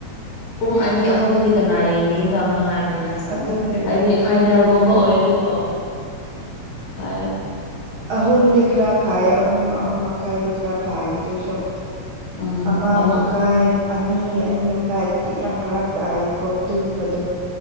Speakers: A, on the left (about 85°); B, on the right (about 65°).
A: ꯄꯨꯡ ꯑꯅꯤ ꯑꯍꯨꯝꯅꯗꯤ ꯀꯅꯥ ꯌꯦꯡꯕꯤꯗꯕꯅꯣ ꯍꯥꯏꯕꯅꯤꯗ
B: ꯑꯗꯨꯒꯤꯅꯦ
A: ꯍꯥꯏꯗꯤ ꯐꯥꯏꯅꯦꯜꯒꯨꯝꯕ
B: ꯇꯨꯝ
A: ꯑꯣꯏꯔꯗꯤꯀꯣ ꯐꯦ
B: ꯑꯍꯨꯝ ꯈꯔꯥ ꯐꯥꯌꯦ ꯑꯍꯨꯝ ꯑꯍꯨꯝ ꯃꯀꯥꯏ ꯭ꯔꯥ ꯐꯥꯌꯦꯁꯨꯣ
A: ꯎꯝ
B: ꯑꯃꯥ
A: ꯑꯃꯨꯛ
B: ꯃꯈꯥꯏ ꯑꯅꯤ ꯑꯅꯤ ꯃꯈꯥꯏ ꯑꯗꯨꯗꯤ ꯌꯥꯝ ꯐꯔꯥꯛ ꯇꯥꯏꯀꯣ ꯇꯨꯝꯕꯗꯣ